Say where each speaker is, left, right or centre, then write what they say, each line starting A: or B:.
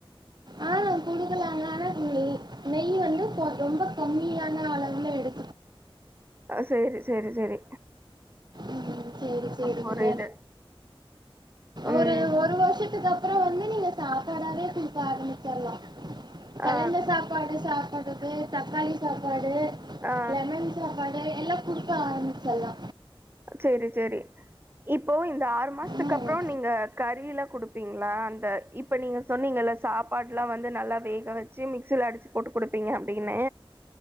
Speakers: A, on the right (about 50°); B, on the right (about 25°).
A: ஆ குடுக்களே அதனால நெய் நெய் வந்து கொ ரொம்ப கம்மியான அளவுல எடு
B: ஆ சேரி செரி செரி
A: ம் சேரி சேரிங்க
B: புரியுது ம்
A: ஒரு ஒரு வருஷத்துக்கப் றோ வந்து நீங்க சாப்பாடாவே குடுக்க ஆரம்பிச்சிர்லா கலந்த
B: ஆ
A: சாப்பாடு சாப்பிடுறது தக்காளி சாப்பாடு
B: ஆ
A: லெமன் சாப்பா டு எல்லா குடுக்க ஆரம்பிச்சர்ல்லா
B: சேரி சேரி இப்போ இந்த ஆறு மாசத்துக்கு
A: ம்
B: அப்றோ நீங்க கறிலா குடுப்பீங்ளா அந்த இப்போ நீங்க சொன்னிங்கல்ல சாப்பாடுலா வந்து நல்லா வேக வெச்சு மிக்ஸியில அடிச்சி போட்டு குடுப்பீங்க அப்பிடின்னு